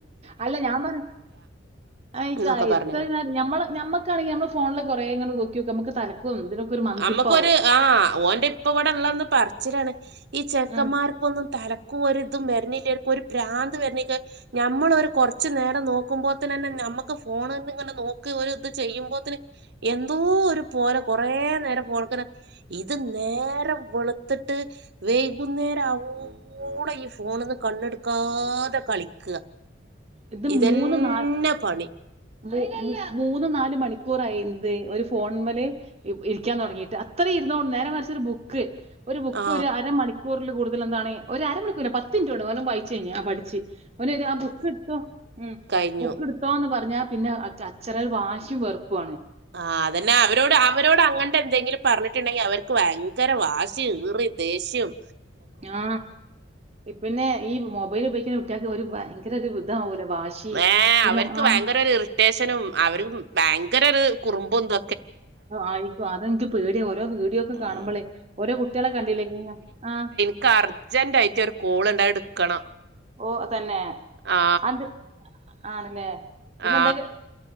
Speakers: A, on the right; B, on the right.
A: അല്ല ഞാൻ പറ ആയിക്ക
B: എന്നൊക്കെ
A: എത്ര
B: പറഞ്ഞു
A: നേരം ഞമ്മ്ള് ഞമ്മക്കാണെങ്കിൽ ഞമ്മള് ഫോണില് കൊറെങ്ങ നോക്കിയൊക്കെ നമുക്ക് തലക്കും ഒരു മന്തിപ്പാവും
B: അമുക്കൊരു ആഹ് ഓൻ്റെ ഇപ്പവിടള്ളന്ന് പറിച്ചിലാണ് ഈ ചെക്കന്മാർ
A: ഉം
B: ഒന്നും തലക്കൊരിതും വരണില്ലെ ഒരു പ്രാന്ത് വരണില്ലേ ഞമ്മളൊരു കൊറച്ചു നേരം നോക്കുമ്പോത്തിനന്നെ ഞമ്മക്ക് ഫോണന്നിങ്ങനെ നോക്കി ഒരിത് ചെയ്യുമ്പോത്തിന് എന്തോ ഒരു പോലെ കൊറേ നേര പോക്കണ് ഇത് നേരം വെളുത്തിട്ട് വെയ്കുന്നേരം അവൂളം ഫോണന്ന് കണ്ണെടുക്കാതെ കളിക്കുക
A: ഇത്
B: ഇതന്നെ
A: മൂന്ന് നാ
B: പണി
A: മൂ മൂന്ന് നാല് മണിക്കൂറായിന്ത് ഒരു ഫോൺമല് ഇ ഇരിക്കാൻ തുടങ്ങീട്ട് അത്രയും ഇരുന്നോ നേരെ മറിച്ചൊരു ബുക്ക് ഒരു ബുക്കൊരു
B: ആ
A: അരമണിക്കൂറിലു കൂടുതലെന്താണേ ഒരരമണിക്കൂർ പത്തിനിറ്റോടെ ഓനും വായിച്ച കഴിഞ്ഞ ആ പഠിച്ച് ഒനിത് ആ ബുക്കെടുത്തോ ഉം
B: കഴിഞ്ഞു
A: ബുക്ക് എടുത്തോന്ന് പറഞ്ഞാ പിന്നെ അച്ച അച്ചറൽ വാശിയും വെറുപ്പുവാണെ
B: ആ അതന്നെ അവരോട് അവരോട് അങ്ങൻ എന്തെങ്കിലും പറഞ്ഞിട്ടിണ്ടെങ്കിയവർക്ക് ഭയങ്കര വാശീം ഈറി ദേഷ്യോം
A: ഞാ ഇപിന്നെ ഈ മൊബൈലുപയോഗിക്കുന്ന കുട്ടികക്ക് ഒരു ഭയങ്കരൊരു ഇതാവൂല വാശി
B: ഏഹ്
A: പിന്നെ
B: അവരക്ക്
A: ആ
B: ഭയങ്കരൊരു ഇറിറ്റേഷനും അവരു ഭയങ്കരൊരു കുറുമ്പുന്ത്
A: ആയിക്കോ അതെനിക്ക് പേടിയോരോ വീഡിയോക്കെ
B: ഉം.
A: കാണുമ്പളേ ഓരോ കുട്ടിയളെ കണ്ടില്ലേ ഇങ്ങനെ ആഹ്
B: ക്ക് അർജൻ്റായിട്ട് ഒരു കോളുണ്ടാ അ എടുക്കണം
A: ഓ തന്നെ
B: ആ
A: അന്ദ് ആണല്ലേ പിന്നെന്തൊക്കെ.
B: ആ